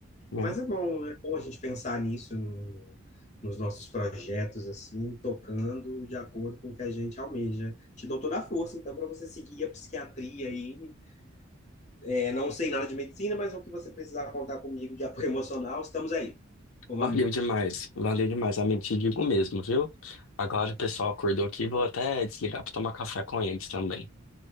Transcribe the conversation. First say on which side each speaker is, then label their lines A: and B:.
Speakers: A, on the left (about 80°); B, on the left (about 35°).
A: né?
B: Mas é bom, é bom a gente pensar nisso no- nos nossos projetos, assim, tocando de acordo com o que a gente almeja. Te dou toda a força, então, para você seguir a psiquiatria aí É, não sei nada de medicina, mas o que você precisar contar comigo de apoio emocional, estamos aí, como
A: Valeu
B: amigos.
A: demais, valeu demais. Amigo, te digo mesmo, viu? Agora o pessoal acordou aqui, vou até desligar pra tomar café com eles também,